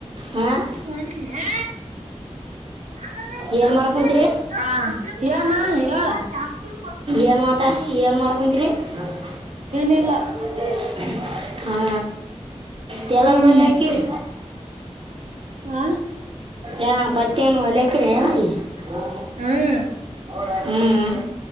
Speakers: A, on the right; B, on the right.
A: ಹಾಂ
B: ಕೈ ಬಿಡು ಏ ಅಮ್ಮ ನನ್
A: ಏನು
B: ಚಪ್ಲಿ
A: ಮಾಡಕೊಂತೀರಿ
B: ಹಾ ಏನಾ ಹೇಳು ಅಮ್ಮ ನನ್ ಚಪ್ಲಿ
A: ಏನು ಮಾತಾ ಏನು
B: ಹಾ
A: <unintelligible>
B: ಏನಿಲ್ಲ
A: ಹ್ಮ ಹಾ ಟೇಲರ್
B: ಹ್ಮ್
A: ಬಲ್ಲಿ ಹಾಕಿರಿ
B: ಆ
A: ಯಾ ಮತ್ತೆನು ಹೋಲೇ ಹಾಕಿರಾ ಏನ್ ಅಲ್ಲಿ <unintelligible>
B: ಹ್ಮ್
A: ಹ್ಮ್ ಹ್ಮ್ಮ್